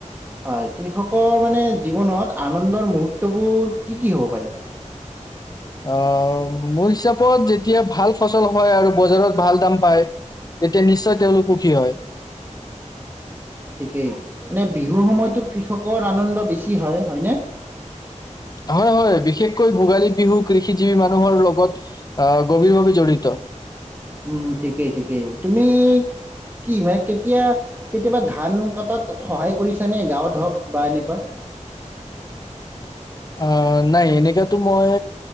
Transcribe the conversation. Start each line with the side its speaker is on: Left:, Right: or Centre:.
Right: হয়', কৃষকৰ মানে জীৱনত আনন্দৰ মুহূৰ্তবোৰ কি - কি হ'ব পাৰে?
Left: আহ', মোৰ হিচাপত যেতিয়া ভাল ফচল হয় আৰু বজাৰত ভাল দাম পায় তেতিয়া নিশ্চয় তেওঁলোক সুখী হয়।
Right: কি ', মানে বিহুৰ সময়তো কৃষকৰ আনন্দ বেছি হয়', -হয়নে
Left: হয়- হয় বিশেষ বিশেষকৈ ভোগালী বিহু কৃষিজীৱী মানুহৰ লগত আহ', গভীৰভাৱে জড়িত।
Right: উম', ঠিকেই -ঠিকেই তুমি কি মানে কেতিয়া কেতিয়াবা ধান কটাত সহায় কৰিছানে গাঁৱত হওক বা এনেকুৱা
Left: অ ', নাই এনেকাতো মই